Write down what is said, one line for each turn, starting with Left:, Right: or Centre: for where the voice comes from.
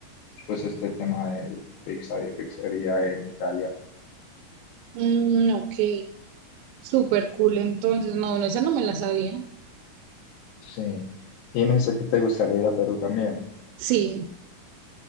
Left: pues este tema de pizza y de pizzería en Italia.
Right: Mm, ok, súper cool, entonces, no, no, esa no me la sabía.
Left: Sí. Y me dice que te gustaría ir a Perú también.
Right: Sí.